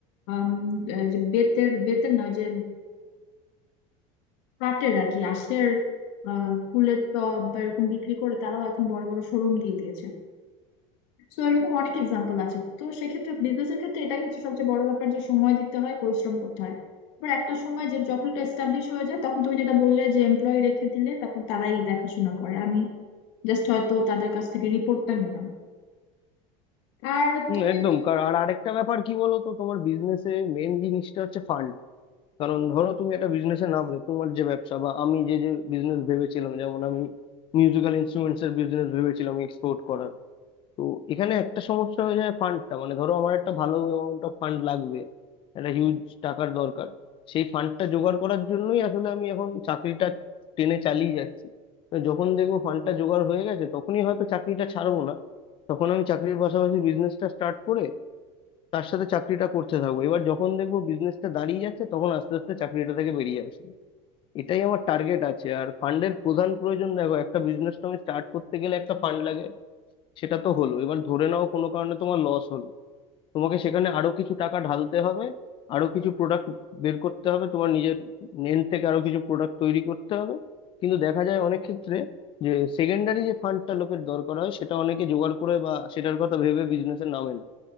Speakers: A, on the left; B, on the left.
A: আম, এই যে বেতের বেতের নয় যে কাটের আর কি আঁশের আহ, ফুলের টব বা এরকম বিক্রি করে তারাও এখন বড় বড় শোরুম দিয়ে দিয়েছে তো এরকম অনেক এক্সাম্পল আছে তো সেক্ষেত্রে বিজনেসের ক্ষেত্রে এটাই হচ্ছে সবচেয়ে বড় ব্যাপার যে সময় দিতে হয় পরিশ্রম করতে হয় এবার একটা সময় যে যখন এটা এস্টাবলিশ হয়ে যায় তখন তুমি যেটা বললে যে এমপ্লয়ি রেখে দিলে তারপর তারাই দেখাশোনা করে আমি জাস্ট হয়তো তাদের কাছ থেকে রিপোর্টটা নিলাম আর
B: হুম
A: তুমি
B: একদম
A: তো
B: কার- আর আরেকটা ব্যাপার কি বলো তো তোমার বিজনেসে মেন জিনিসটা হচ্ছে ফান্ড কারণ ধরো তুমি একটা বিজনেসে নামলে তোমার যে ব্যবসা বা আমি যে যে বিজনেস ভেবেছিলাম যেমন আমি মিউজিক্যাল ইনস্ট্রুমেন্টস এর বিজনেস ভেবেছিলাম এক্সপোর্ট করার তো এখানে একটা সমস্যা হয়ে যায় ফান্ডটা মানে ধরো আমার একটা ভালো অ্যামাউন্ট অফ ফান্ড লাগবে একটা হিউজ টাকার দরকার সেই ফান্ডটা জোগাড় করার জন্যই আসলে আমি এখন চাকরিটা টেনে চালিয়ে যাচ্ছি তো যখন দেখবো ফান্ডটা জোগাড় হয়ে গেছে তখনই হয়তো চাকরিটা ছাড়বো না তখন আমি চাকরির পাশাপাশি বিজনেসটা স্টার্ট করে তার সাথে চাকরিটা করতে থাকবো এবার যখন দেখবো বিজনেসটা দাঁড়িয়ে যাচ্ছে তখন আস্তে আস্তে চাকরিটা থেকে বেরিয়ে আসবো এটাই আমার টার্গেট আছে আর ফান্ডের প্রধান প্রয়োজন দেখো একটা বিজনেস তো আমি স্টার্ট করতে গেলে একটা ফান্ড লাগে সেটা তো হলো এবার ধরে নাও কোনো কারণে তোমার লস হলো তোমাকে সেখানে আরো কিছু টাকা ঢালতে হবে আরো কিছু প্রোডাক্ট বের করতে হবে তোমার নিজের এন্ড থেকে আরো কিছু প্রোডাক্ট তৈরি করতে হবে কিন্তু দেখা যায় অনেক ক্ষেত্রে যে সেকেন্ডারি যে ফান্ডটা লোকের দরকার হয় সেটা অনেকে জোগাড় করে বা সেটার কথা ভেবে বিজনেসে নামে না